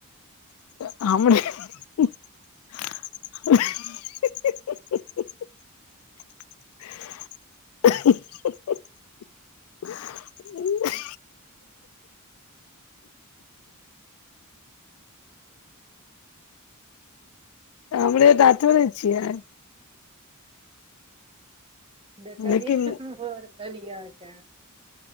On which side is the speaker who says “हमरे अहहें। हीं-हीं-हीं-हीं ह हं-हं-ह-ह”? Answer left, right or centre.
Left